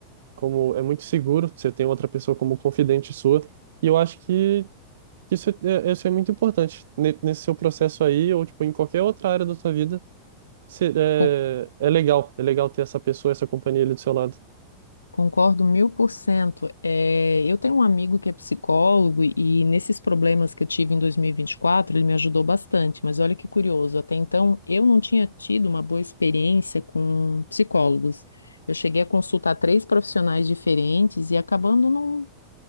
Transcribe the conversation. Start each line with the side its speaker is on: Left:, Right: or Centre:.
Right: como é muito seguro, você tem outra pessoa como confidente sua, e eu acho que que isso é, é, isso é muito importante Ne- nesse seu processo aí, ou tipo, em qualquer outra área da sua vida, você- é,
Left: Co-
Right: é legal, é legal ter essa pessoa, essa companhia ali do seu lado.
Left: Concordo mil por cento. É, eu tenho um amigo que é psicólogo e nesses problemas que eu tive em 2024, ele me ajudou bastante. Mas olha que curioso, até então eu não tinha tido uma boa experiência com psicólogos. Eu cheguei a consultar três profissionais diferentes e acabando não,